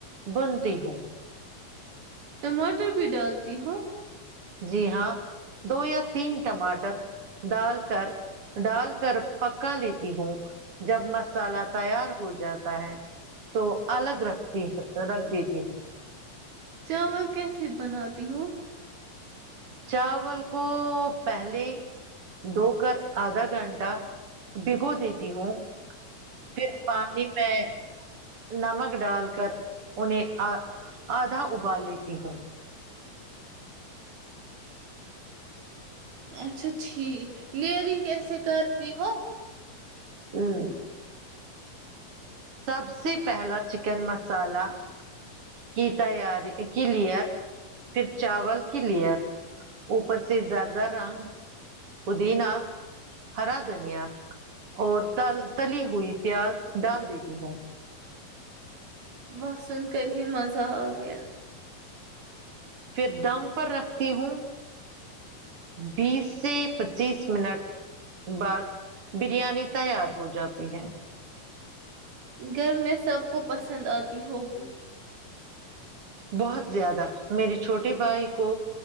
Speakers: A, on the right; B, on the right.
A: بنتی ہوں
B: ٹماٹر بھی ڈالتی ہو
A: جی ہاں دو یا تین ٹماٹر ڈال کر ڈال کر پکا لیتی ہوں جب مسالا تیار ہو جاتا ہے تو الگ رکھتی رکھ دیتی ہوں
B: چاول کیسے بناتی ہو
A: چاول کو پہلے دو کر آدھ گھنٹا بگود ہوں پھر پانی میں نمک ڈال کر انہیں آ آدھا ابال لیتی ہوں
B: اچھا ٹھیک لرنگ کیسے کرتی ہو
A: ہاں سب سے پہلا چکن مسالا کی تیاری کی لیئر پھر چاول کی لیئر اوپر سے زیادہ رنگ پودینہ ہرا دھنیا اور تل تلی ہوئی پیاز ڈال دیتی ہوں
B: وسن کررہی مزہ آ گیا
A: پھر دم پر رکھتی ہوں بیس سے پچیس منٹ بعد بریانی تیار ہو جاتی ہے
B: گھر میں سب کو پسند آتی ہوگی
A: بہت زیادہ میری چھوٹے بھائی کو